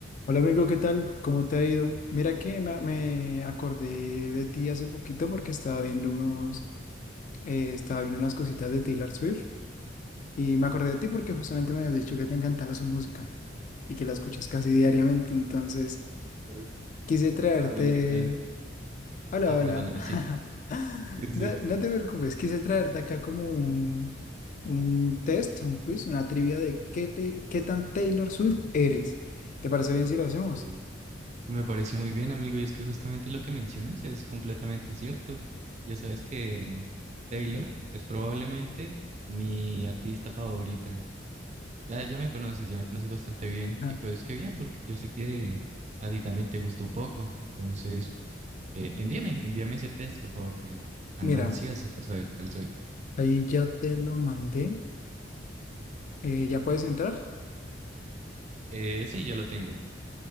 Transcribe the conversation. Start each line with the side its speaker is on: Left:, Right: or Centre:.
Left: Hola amigo, ¿qué tal? ¿Cómo te ha ido? Mira que me, me acordé de ti hace poquito porque estaba viendo unos, eh, estaba viendo unas cositas de Taylor Swift y me acordé de ti porque justamente me habías dicho que te encantaba su música y que la escuchas casi diariamente, entonces
Right: Es-
Left: quise traerte...
Right: Hola amigo, ¿qué tal?
Left: Hola,
Right: Ah,
Left: hola.
Right: perdóname,
Left: <laughs>
Right: sí. Sí,
Left: No,
Right: sí.
Left: no te preocupes, quise traerte acá como un, un test, un quiz, una trivia de qué, te- qué tan Taylor Swift eres. ¿Te parece bien si lo hacemos?
Right: Uy, Me pareció muy bien, amigo, y es que justamente lo que mencionas es completamente cierto. Ya sabes que Taylor es probablemente mi artista favorita. Ya, ya me conoces, ya me conoces bastante bien.
Left: Ajá.
Right: Y pues qué bien, porque yo sé que a ti también te gusta un poco. Entonces, eh, envíame, envíame ese test, por favor, que ando
Left: Mira.
Right: ansioso por saber cuál soy.
Left: Ahí ya te lo mandé. Eh, ¿ya puedes entrar?
Right: Eh, sí, ya lo tengo.